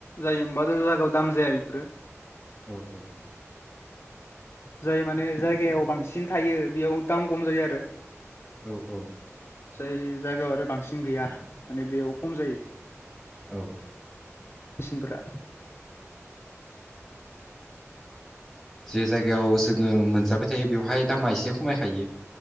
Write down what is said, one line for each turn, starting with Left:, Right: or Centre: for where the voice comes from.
Left: जायो मबा जायगायाव दाम जाया बेफोरो
Centre: औ औ
Left: जाय माने जायगायाव बांसिन थायो बेयाव दाम खम जायो आरो।
Centre: औ औ
Left: जाय जायगायाव आरो बांसिन गैया माने बेयाव खम जायो।
Centre: औ
Left: बेसिनफोरा
Centre: जे जायगायाव जोङो मोनजाबाय थायो बेवहाय दामा एसे खमायखायो